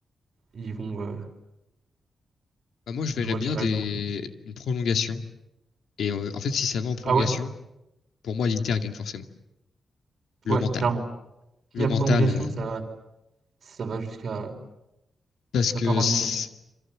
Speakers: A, on the right; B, on the left.
A: ils vont, euh,
B: Bah, moi, je
A: ils
B: verrais
A: vont récupérer
B: bien des,
A: le trophée.
B: une prolongation. Et euh, en fait, si ça va en prolongation,
A: Ah ouais?
B: pour moi, l'Inter gagne forcément. Le
A: Ouais,
B: mental.
A: clairement. S'il
B: Le
A: y a
B: mental,
A: prolongation,
B: euh,
A: ça, ça va jusqu'à...
B: parce
A: Ça
B: que
A: part en
B: c-
A: Italie.